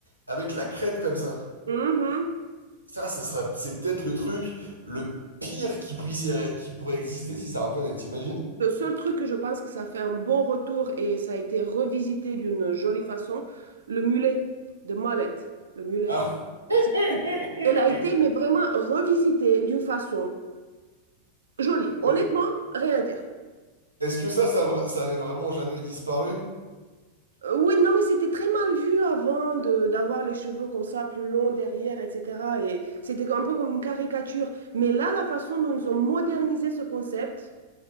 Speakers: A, on the right; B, on the right.
A: avec la crête comme ça.
B: Mhm.
A: Ça, ça sera, c'est peut-être le truc le pire qui puisse, qui pourrait exister si ça revenait, t'imagines?
B: Le seul truc que je pense que ça fait un bon retour et ça a été revisité d'une jolie façon, le mulet de Mollett. Le mulet.
A: Ah
B: C'est
A: ouais.
B: tout. Elle a
A: <laughs>
B: été, mais vraiment revisitée d'une façon jolie. Honnêtement,
A: Mais
B: rien à dire.
A: Est-ce que ça, ça, vra- ça avait vraiment jamais disparu?
B: Euh, oui, non, mais c'était très mal vu avant de- d'avoir les cheveux comme ça, plus longs derrière, etc. Et c'était un peu comme une caricature. Mais là, la façon dont ils ont modernisé ce concept,